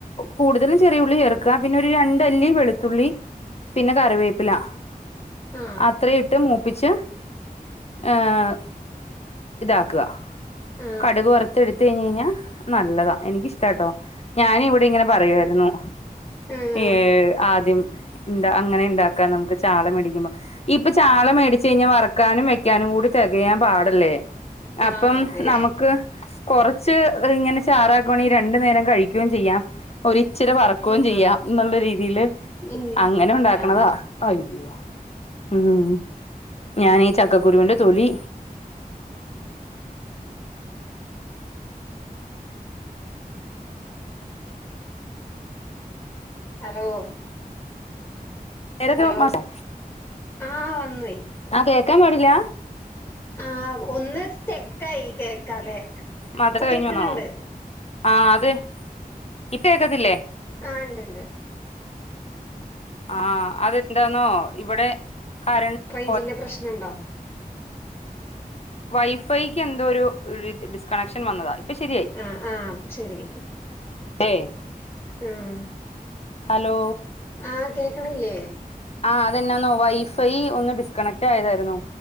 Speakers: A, on the left; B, on the left.
A: കൂടുതലും ചെറിയ ഉള്ളി ചേർക്കുക പിന്നെ ഒരു രണ്ടല്ലി വെളുത്തുള്ളി പിന്നെ കറിവേപ്പിലാ
B: ആ
A: അത്ര ഇട്ട് മൂപ്പിച്ച് ഏഹ് ഇതാക്കുക
B: ആ
A: കടുക് വറുത്ത് എടുത്ത് കഴിഞ്ഞ് കഴിഞ്ഞാൽ നല്ലതാ. എനിക്കിഷ്ടാട്ടോ ഞാനും ഇവിടെ ഇങ്ങനെ പറയുവായിരുന്നു
B: ആ
A: ഏഹ് ആദ്യം എന്താ അങ്ങനെ ഇണ്ടാക്കാ നമുക്ക് ചാള മേടിക്കുമ്പോ ഇപ്പൊ ചാള മേടിച്ച് കഴിഞ്ഞാൽ വറക്കാനും വെക്കാനും കൂടി തികയാൻ പാടല്ലേ അപ്പോ
B: ആ അതെ
A: നമുക്ക് കൊറച്ച് ഇങ്ങനെ ചാറാക്കവാണെങ്കിൽ രണ്ടു നേരം കഴിക് ക്ക്യും ചെയ്യാം ഒരിച്ചിരി വറക്കുകയും
B: ആ
A: ചെയ്യാം എന്നുള്ള രീതിയില്
B: ഉം
A: അങ്ങനെ ഉണ്ടാക്കണതാ
B: ആ
A: അയ്യോ ഉം ഞാനീ ചക്കക്കുരുവിന്റെ തൊലി
B: ഹലോ
A: ഏതൊക്കെ
B: ഹലോ
A: മാസം.
B: ആ വന്നോയ്
A: ആ കേൾക്കാൻ പാടില്ല
B: ആഹ് ഒന്ന് സ്റ്റെക്കായി കേൾക്കാതെ
A: മദ്രസ
B: ഇപ്പൊ
A: കഴിഞ്ഞു
B: കേൾക്ണണ്ട്
A: വന്നോ ആ അതെ ഇപ്പ കേക്കത്തില്ലേ
B: ആ ഉണ്ട്ണ്ട്
A: ആഹ് അതെന്താന്നോ ഇവിടെ കരണ്ട്
B: റേഞ്ചിന്റെ
A: പോയ
B: പ്രശ്നം ഉണ്ടോ
A: വൈഫൈക്ക് എന്തോ ഒരു ഡിസ്കണക്ഷൻ വന്നതാ ഇപ്പൊ ശരിയായി
B: ആഹ് ആഹ് ശരി
A: ഏ
B: ആഹ്
A: ഹലോ
B: ആഹ് കേക്കണില്ലേ
A: ആ അതെന്നാന്നോ വൈഫൈ ഒന്ന് ഡിസ്കണക്ട് ആയതായിരുന്നു